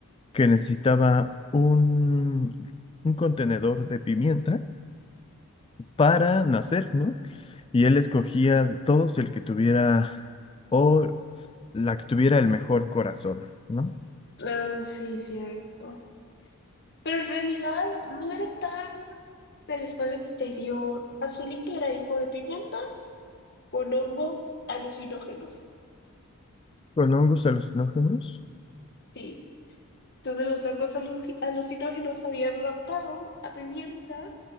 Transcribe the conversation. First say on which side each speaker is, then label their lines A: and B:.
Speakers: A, on the left; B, on the left.
A: que necesitaba un, un contenedor de pimienta para nacer, ¿no? Y él escogía de todos el que tuviera o la que tuviera el mejor corazón, ¿no?
B: Ah, sí, cierto. Pero en realidad no era tan del espacio exterior. Azulito era hijo de pimienta con hongo alucinógenos.
A: Con hongos alucinógenos.
B: Sí. Entonces los hongos alu- alucinógenos habían raptado a pimienta